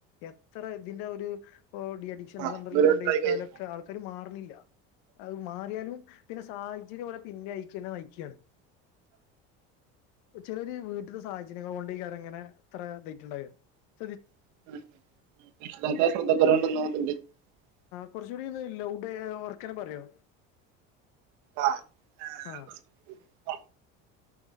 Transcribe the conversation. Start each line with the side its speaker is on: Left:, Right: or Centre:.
Left: എത്ര ഇതിന്റെ ഒരു ഇപ്പൊ ഡി അഡിക്ഷൻ
Right: ആഹ്
Left: സെന്ററിൽ
Right: ഓരോരുത്തരായി
Left: കൊണ്ട് ഇട്ടാലൊക്കെ
Right: കഴിഞ്ഞാൽ
Left: ആൾക്കാര് മാറുന്നില്ല അത് മാറിയാലും പിന്നെ സാഹചര്യം പോലെ പിന്നെ അയിക്കന്നെ നയിക്ക്യാണ് ചിലര് വീട്ടിത് സാഹചര്യങ്ങൾ കൊണ്ട് ഈ അത് അങ്ങനെ അത്ര <unintelligible> ണ്ടായ
Right: <unintelligible>
Left: കുറച്ചുടി ഒന്നും ഇല്ല <unintelligible> ഉറക്കനെ പറയോ
Right: ആ <unintelligible>
Left: ആഹ്